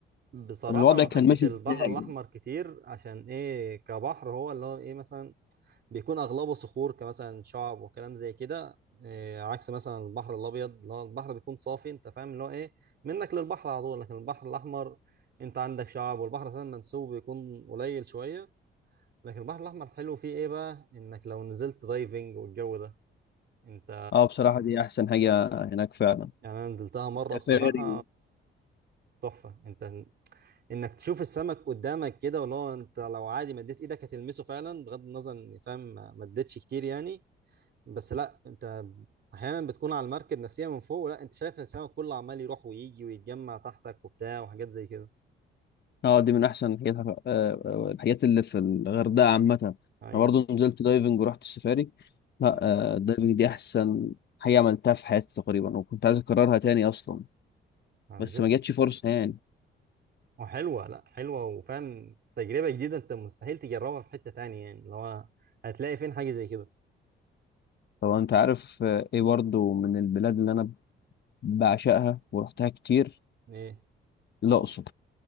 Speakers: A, on the right; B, on the left.
A: بصراحه
B: الوضع
A: ما
B: كان
A: بحبش
B: ماشي
A: البحر
B: ازاي
A: الاحمر كتير عشان ايه كبحر هو اللي هو ايه مثلا بيكون اغلبه صخور كمثلا شعب وكلام زي كده إيه، عكس مثلا البحر الابيض اللي هو البحر بيكون صافي انت فاهم اللي هو ايه منك للبحر على طول لكن البحر الاحمر انت عندك شعب والبحر اساسا منسوب بيكون قليل شويه لكن البحر الاحمر حلو فيه ايه بقى انك لو نزلت دايفنج والجو ده انت
B: اه بصراحه دي احسن حاجه هناك فعلا
A: يعني انا نزلتها مره بصراحه
B: سفاري
A: تحفه انت انك تشوف السمك قدامك كده واللي هو انت لو عادي مديت ايدك هتلمسه فعلا بغض النظر ان فاهم ما مديتش كتير يعني بس لا انت احيانا بتكون على المركب نفسيا من فوق لا انت شايف السمك كله عمال يروح ويجي ويتجمع تحتك وبتاع وحاجات زي كده
B: اه دي من احسن الحاجات آه، آه، الحاجات اللي في الغردقه عامه انا
A: ايوه
B: برضو نزلت دايفنج ورحت السفاري لا
A: مم.
B: آه، الدايفنج دي احسن حاجه عملتها في حياتي تقريبا وكنت عايز اكررها تاني اصلا
A: ما نزلتش
B: بس ما جاتش فرصه يعني
A: وحلوه لا حلوه وفاهم تجربه جديده انت مستحيل تجربها في حته تانية يعني اللي هو هتلاقي فين حاجه زي كده
B: طبعا انت عارف آه، ايه برضو من البلاد اللي انا بعشقها ورحتها كتير
A: ايه
B: الاقصر